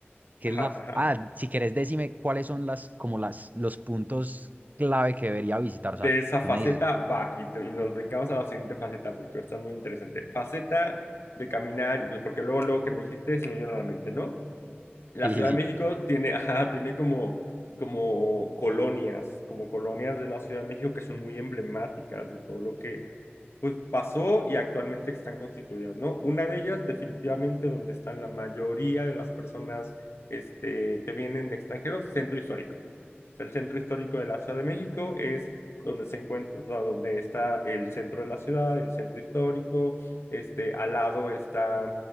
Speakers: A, on the right; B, on the left.
A: que
B: ajá,
A: es la,
B: ajá.
A: ah, si querés decime cuáles son las, como las, los puntos clave que debería visitar. O sea,
B: de esa
A: tú
B: faceta
A: me dices,
B: va y, te- y nos brincamos a la siguiente faceta porque está muy interesante. Faceta de caminar y pues porque luego lo que me dijiste se me vino a la mente, ¿no?
A: <laughs>
B: La
A: sí,
B: Ciudad
A: sí, sí.
B: de México tiene, <laughs> ajá, tiene como como colonias, como colonias de la Ciudad de México que son muy emblemáticas de todo lo que pues pasó y actualmente están constituidas, ¿no? Una de ellas definitivamente donde están la mayoría de las personas este, que vienen de extranjeros, centro histórico el centro histórico de la Ciudad de México es donde se encuentra, o sea, donde está el centro de la ciudad, el centro histórico, este, al lado está,